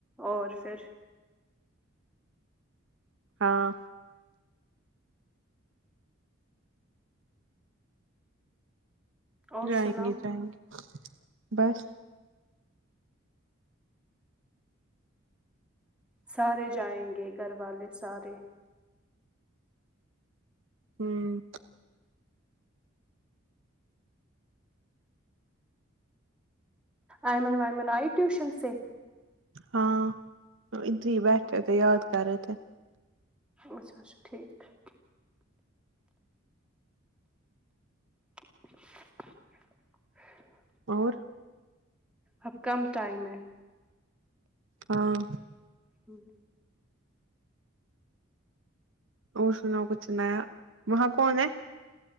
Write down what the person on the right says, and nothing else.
ہاں
جائیں
گے جائیں گے بس
ہوں
ہاں ادھر ہی بیٹھے تھے یاد کرے تھے
اور
ہاں
اور سناو کچھ نیا وہاں کون ہے